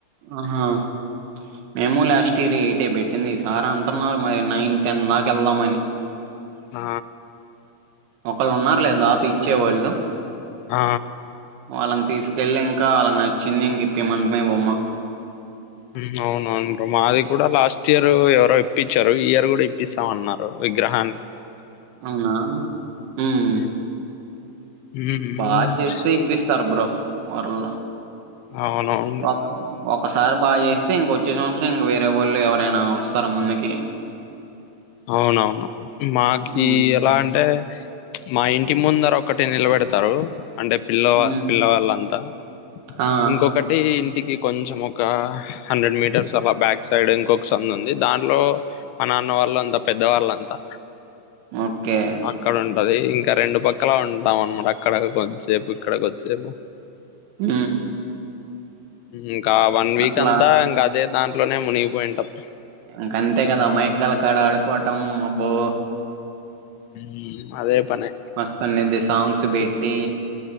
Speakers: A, on the right (about 80°); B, on the left (about 85°).
A: ఆహా మేము లాస్ట్ ఇయర్ ఎయిట్ ఏ పెట్టింది ఈ సార్ అంటున్నారు మరి నైన్ టెన్ దాకా వెళ్దామని
B: ఆ
A: ఒకళ్ళు ఉన్నారు లే దాత ఇచ్చేవాళ్ళు
B: ఆ
A: వాళ్ళని తీసుకెళ్లి ఇంకా వాళ్లకి నచ్చింది ఇంక ఇప్పే మంటమే బొమ్మ
B: ఉ అవునును అవును బ్రో మాది చూడల లాస్ట్ ఇయర్ ఎవరో ఇప్పించారు ఈ ఇయర్ కూడా ఇప్పిస్తామన్నారు విగ్రహాన్ని
A: అవునా హుమ్
B: ఉమ్, ఉమ్,
A: బాగా చేస్తే ఇప్పిస్తారు బ్రో వరు
B: అవును
A: ఒక ఒకసారి బాగా చేస్తే ఇంకొచ్చే సంవత్సరం ఇంక వేరే వాళ్ళు ఎవరైనా వస్తారు ముందుకి
B: అవునవును మాకి
A: ఉమ్
B: ఎలా అంటే మా ఇంటి ముందర ఒక్కటి నిలబెడతారు అంటే పిల్ల
A: ఉమ్
B: పిల్లవాళ్ళంతా
A: ఆ
B: ఇంకొకటి అంటే ఇంటికి కొంచెం ఒక హండ్రెడ్ మీటర్స్ అలా బ్యాక్ సైడ్ ఇంకొక సందు ఉంది దాంట్లో మా నాన్న వాళ్లు అంత పెద్దవాళ్ళంతా
A: ఓకే
B: అక్కడ ఉంటది. ఇంక రెండు పక్కల ఉంటాం అన్మాట అక్కడ కొద్దిసేపు ఇక్కడ కొద్దిసేపు.
A: ఊ
B: ఇంకా వన్ వీక్
A: అట్లా
B: అంతా ఇంక అదే దాంట్లోనే మునిగిపోయింటాం.
A: ఇంక అంతే కదా అమాయికల కాడ ఆడుకోటం అబ్బో
B: ఉ అదే పనే
A: మస్తు వున్నిది సాంగ్స్ పెట్టి